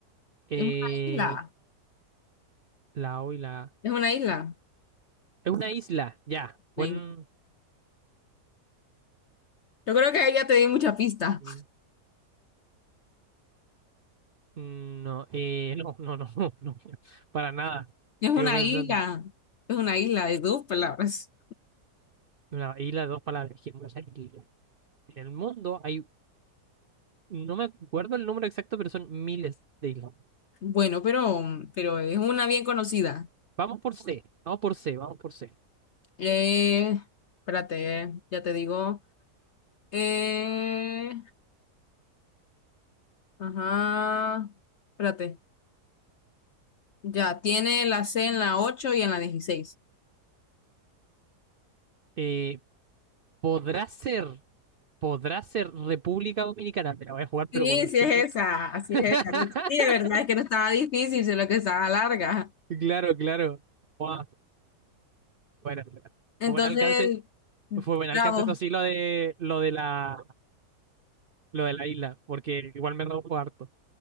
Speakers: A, on the right; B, on the left.
A: Eh,
B: Es una isla.
A: la O y la A.
B: Es una isla.
A: Es una isla, ya.
B: Una
A: Buen.
B: isla. Yo creo que ahí ya te di mucha pista.
A: sí. Mm, No, eh, <laughs> no, no, no, no, no, para nada.
B: Es una
A: Sigo pensando.
B: isla. Es una isla de dos palabras.
A: Una isla de dos palabras. que mucha isla. En el mundo hay, no me acuerdo el número exacto, pero son miles de islas.
B: Bueno, pero, pero es una bien conocida.
A: Vamos por C, vamos por C, vamos por C.
B: Eh, espérate, ya te digo. Eh, Ajá. Espérate. Ya, tiene la C en la 8 y en la dieciséis
A: Eh, podrá ser, podrá ser República Dominicana. Me la voy a jugar, pero
B: Sí,
A: con un
B: sí
A: triple.
B: es esa, así
A: <laughs>
B: es esa. Sí, de verdad es que no estaba difícil, sino que estaba larga.
A: Claro, claro. Buah, Bueno, bueno.
B: Entonces,
A: Fue buen alcance, fue buen alcance.
B: bravo.
A: Esto sí, lo de, lo de la. Lo de la isla, porque igual me robo harto.